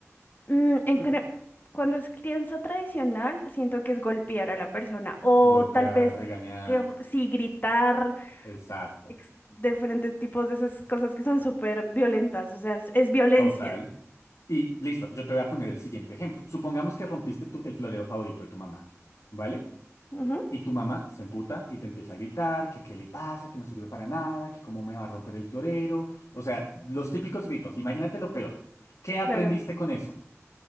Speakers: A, on the left; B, on the left.
A: Mm, en cre- Cuando es crianza tradicional, siento que es golpear a la persona o
B: Golpear,
A: tal vez
B: regañar.
A: que r- sí gritar,
B: Exacto.
A: ex- diferentes tipos de esas cosas que son súper violentas, o sea, es, es violencia.
B: Total. Y listo, yo te voy a poner el siguiente ejemplo. Supongamos que rompiste tu- el florero favorito de tu mamá, ¿vale?
A: Ujú,
B: Y tu mamá se emputa y te empieza a gritar que qué le pasa, que no sirve para nada, que cómo me va a romper el florero. O sea, los típicos gritos. Imagínate lo peor. ¿Qué aprendiste
A: claro.
B: con eso?